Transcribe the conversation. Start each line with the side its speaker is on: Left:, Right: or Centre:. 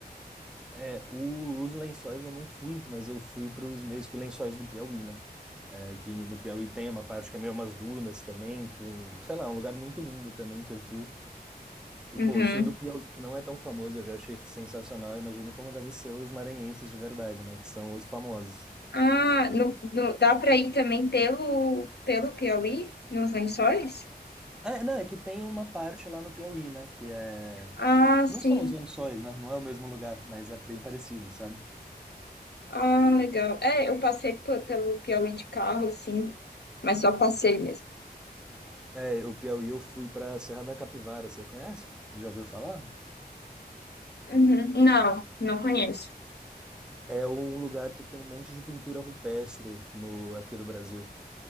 Centre: É, o- os lençóis eu não fui, mas eu fui para os meus que lençóis do Piauí, né? É, que no Piauí tem uma parte que é meio umas dunas também, com, sei lá, um lugar muito lindo também que eu fui. E,
Left: Uhum.
Centre: pô, se o do Piauí não é tão famoso, eu já achei sensacional, eu imagino como deve ser os maranhenses de verdade, né? Que são os famosos.
Left: Ah, no, no- dá para ir também pelo, pelo Piauí, nos Lençóis?
Centre: É, não, é que tem uma parte lá no Piauí, né? Que é.
Left: Ah, sim.
Centre: Não são os lençóis, né? Não é o mesmo lugar, mas é bem parecido, sabe?
Left: Ah, legal. É, eu passei pe- pelo Piauí de carro, sim, mas só passei mesmo.
Centre: É, o Piauí eu fui pra Serra da Capivara, você conhece? Já ouviu falar?
Left: Uhum. Não, não conheço.
Centre: É um lugar que tem um monte de pintura rupestre no aqui do Brasil.